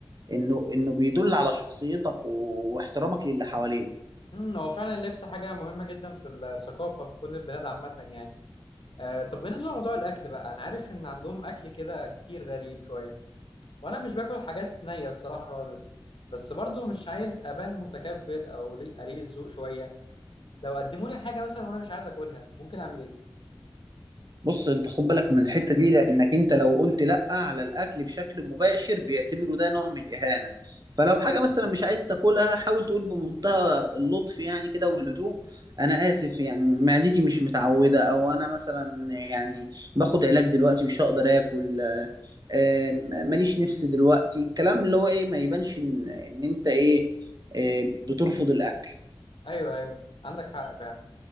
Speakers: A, on the right; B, on the left.
A: انه انه بيدل على شخصيتك واحترامك للي حواليك
B: امم هو فعلا اللبس حاجة مهمة جدا في الثقافة في كل البلاد عامة يعني. آه طب بالنسبة لموضوع الأكل بقى أنا عارف إن عندهم أكل كده كتير غريب شوية وأنا مش باكل حاجات نية الصراحة خالص بس برضو مش عايز أبان متكبر أو قليل قليل الذوق شوية لو قدموا لي حاجة مثلا وأنا مش عايز أكلها ممكن أعمل إيه؟
A: بص انت خد بالك من الحته دي لانك انت لو قلت لا على الاكل بشكل مباشر بيعتبروا ده نوع من الاهانه فلو حاجه مثلا مش عايز تاكلها حاول تقول بمنتهى اللطف يعني كده والهدوء انا اسف يعني معدتي مش متعوده او انا مثلا يعني باخد علاج دلوقتي مش هقدر اكل آم، ماليش نفس دلوقتي الكلام اللي هو ايه ما يبانش ان ان انت ايه آه، بترفض الاكل
B: أيوه أيوه عندك حق فعلا